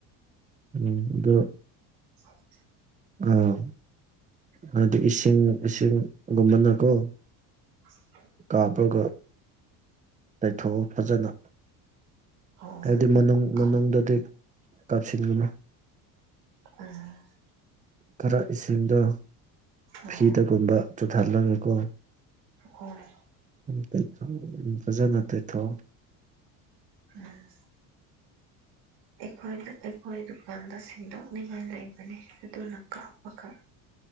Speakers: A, on the right (about 20°); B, on the right (about 70°).
A: ꯎꯝ ꯗꯣ
B: <unintelligible>
A: ꯑꯥ ꯍꯥꯏꯗꯤ ꯏꯁꯤꯡ ꯏꯁꯤꯡꯒꯨꯝꯕꯅꯀꯣ
B: <unintelligible>
A: ꯀꯥꯞꯔꯥꯒ ꯂꯩꯊꯣꯛꯑꯣ ꯐꯖꯅ
B: ꯑꯣ ꯎꯝ
A: ꯍꯥꯏꯗꯤ ꯃꯅꯨꯡ ꯃꯅꯨꯡꯗꯗꯤ ꯀꯥꯞꯁꯤꯟꯒꯥꯅꯨ
B: <unintelligible>
A: ꯈꯔ ꯏꯁꯤꯡꯗꯣ
B: ꯑꯣ
A: ꯐꯤꯗꯒꯨꯝꯕ ꯆꯨꯊꯥꯍꯜꯂꯒꯀꯣ
B: ꯍꯣꯏ
A: ꯇꯩꯊꯣꯛꯑꯣ ꯎꯝ ꯐꯖꯅ ꯇꯩꯊꯣꯛ
B: ꯎꯝ ꯑꯩꯈꯣꯏ ꯑꯩꯈꯣꯏ ꯗꯨꯀꯥꯟꯗ ꯁꯦꯡꯗꯣꯛꯅꯤꯡꯉꯥꯏ ꯂꯩꯕꯅꯤ ꯑꯗꯨꯅ ꯀꯥꯎꯕ ꯈꯛ